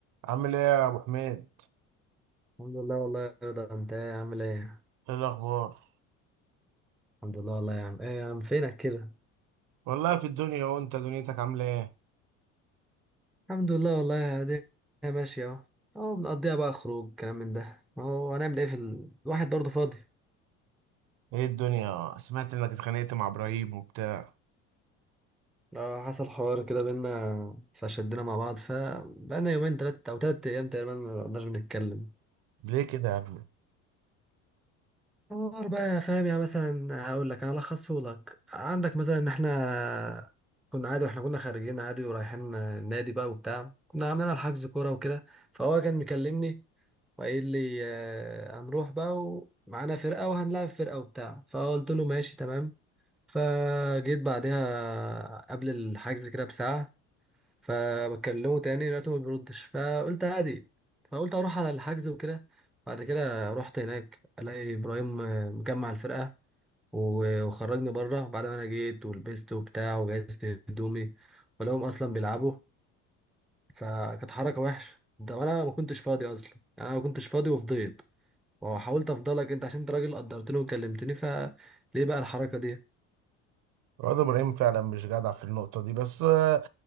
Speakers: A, on the right (about 60°); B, in the centre.
A: عامل ايه يا ابو حميد
B: الحمد لله والله يا رضا انت ايه عامل ايه
A: ايه الاخبار
B: الحمد لله والله يا عم ايه يا عم فينك كده
A: والله في الدنيا وانت دنيتك عامله ايه
B: الحمد لله والله الدنيا ماشية اهو اهو بنقضيها بقى خروج كلام من ده ما هو هنعمل ايه في ال... الواحد برضه فاضي
A: ايه الدنيا سمعت انك اتخانقت مع ابراهيم وبتاع
B: اه حصل حوار كده بينا فشدنا مع بعض فبقالنا يومين تلات او تلات ايام تقريبا ما قعدناش بنتكلم
A: ليه كده يا ابني
B: حوار بقى يا فاهم يعني مثلا هقول لك هلخصه لك عندك مثلا ان احنا كنا عادي واحنا كنا خارجين عادي ورايحين النادي بقى وبتاع كنا عاملين على حجز كورة وكده فهو كان مكلمني وقايل لي آه، هنروح بقى ومعانا فرقة وهنلعب فرقة وبتاع فقلت له ماشي تمام فجيت بعدها قبل الحجز كده بساعة فبكلمه تاني لقيته ما بيردش فقلت عادي فقلت أروح على الحجز وكده بعد كده رحت هناك ألاقي إبراهيم آه، مجمع الفرقة و- وخرجني بره بعد ما أنا جيت ولبست وبتاع وجهزت هدومي ولقوهم أصلا بيلعبوا فكانت حركة وحشة ده أنا ما كنتش فاضي أصلا يعني أنا ما كنتش فاضي وفضيت وحاولت افضلك انت عشان انت راجل قدرتني وكلمتني فليه بقى الحركه دي
A: الواد ابراهيم فعلا مش جدع في النقطه دي بس آه